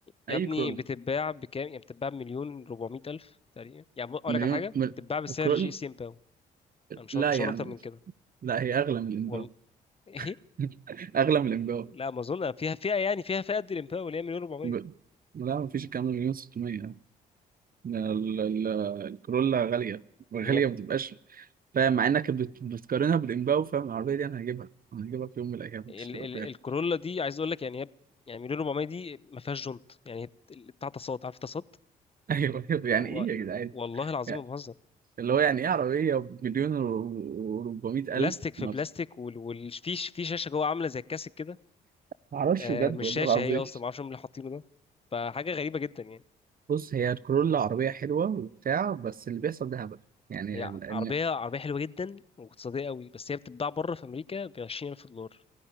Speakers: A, on the left; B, on the right.
A: يا
B: اي
A: ابني
B: كرول
A: بتتباع بكام يعني بتتباع بمليون 400 الف تقريبا يعني بق- اقول
B: مليون
A: لك على حاجه
B: مل...
A: بتتباع بسعر
B: كرول
A: جي سي امباو انا مش
B: لا
A: هقول مش
B: يا
A: هقول
B: عم
A: اكتر من كده
B: لا هي اغلى من الامباو
A: والله <laughs> ايه
B: <laughs> اغلى من الامباو
A: لا ما اظن فيها فئه يعني فيها فئه قد الامباو اللي هي مليون 400
B: ب... لا مفيش الكلام ده مليون 600 ال- ال- الكورولا غالية غالية
A: هي ب-
B: ما بتبقاش فاهم مع انك بت... بتقارنها بالإمباو فاهم العربية دي انا هجيبها انا هجيبها في يوم من الأيام
A: ال
B: مش هتبقى
A: ال
B: فاهم
A: الكورولا دي عايز اقول لك يعني هي ب- يعني مليون 400 دي ما فيهاش جنط يعني هي بت- بتاع تصاط عارف تصاط
B: <laughs> ايوه أيوة، يعني
A: و-
B: ايه يا جدعان
A: والله العظيم
B: يعني
A: ما بهزر
B: اللي هو يعني ايه عربية بمليون و 400
A: بلاستيك
B: ألف
A: في
B: ما
A: بلاستيك وفي في في شاشه جوه عامله زي الكاسك كده
B: معرفش
A: آه،
B: بجد
A: مش
B: والله
A: شاشه
B: العظيم
A: هي اصلا ما اعرفش هم اللي حاطينه ده فحاجه غريبه جدا يعني
B: بص هي الكورولا عربية حلوة وبتاع بس اللي بيحصل ده هبل يعني
A: هي عربيه عربيه حلوه جدا واقتصاديه قوي بس هي بتتباع بره في امريكا ب 20000 دولار